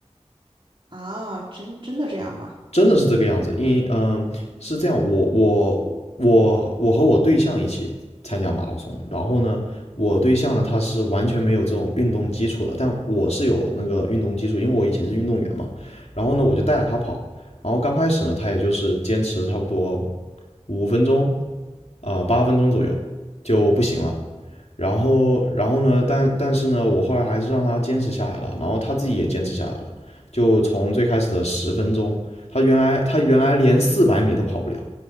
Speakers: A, on the right; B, on the left.
A: 啊！真真的这样吗？
B: 真的是这个样子，因嗯呃是这样，我我我我和我对象一起参加马拉松，然后呢，我对象呢他是完全没有这种运动基础的，但我是有那个运动基础，因为我以前是运动员嘛，然后呢我就带着他跑，然后刚开始呢他也就是坚持差不多五分钟啊八、分钟左右就不行了，然后，然后呢？但但是呢，我后来还是让他坚持下来了，然后他自己也坚持下来了。就从最开始的十分钟，他原来他原来连四百米都跑不了，